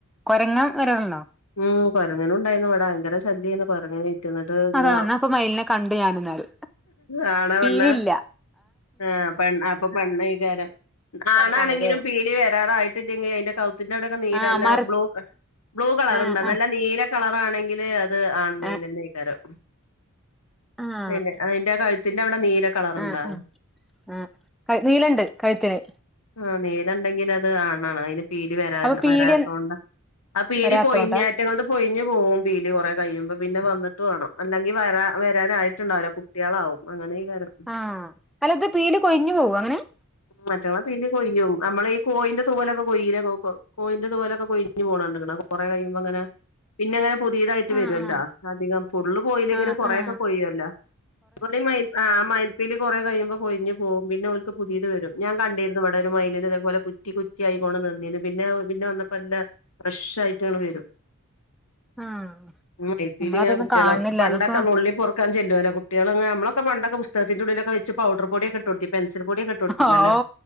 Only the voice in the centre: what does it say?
കൊരങ്ങൻ വരലുണ്ടോ
അതാ ന്നാ അപ്പൊ മയിലിനെ കണ്ട് ഞാനെന്നാല്
പീലില്ല
പെണ്ണാണ്ല്ലേ
ആഹ്
മര
ആഹ്
ആഹ്
ആഹ്
ആഹ്
ആഹ് ആഹ് ആഹ് കരിനീലണ്ട് കഴുത്തില്
അപ്പൊ പീലി
വരാത്തോണ്ടാ
ആഹ് അല്ല ഇത് പീലി കൊഴിഞ്ഞു പോവും അങ്ങനെ-
ആഹ് ആഹ്
ആഹ്
ആഹ്
ആഹ്
നമ്മളതൊന്നും
കാൺണില്ല
അതൊക്കെ
ആവൂ